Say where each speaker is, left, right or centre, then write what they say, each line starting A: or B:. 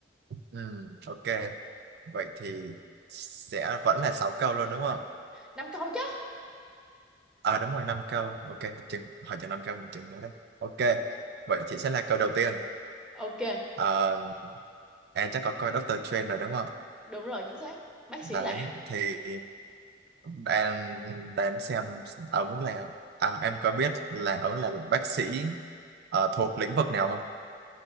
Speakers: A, on the right; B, in the centre.
A: ừ, ok. Vậy thì sẽ vẫn là 6 câu luôn đúng không?
B: Năm câu chứ?
A: À đúng rồi, 5 câu. Ok, chừng, hỏi cho 5 câu, mình chừng nữa đấy. Ok, vậy thì sẽ là câu đầu tiên.
B: Ok,
A: À, em chắc có coi Doctor Strange rồi đúng không?
B: đúng rồi, chính xác. Bác
A: đấy
B: sĩ lạ.
A: thì em để em xem ống là à, em có biết là ống là bác sĩ ờ, thuộc lĩnh vực nào không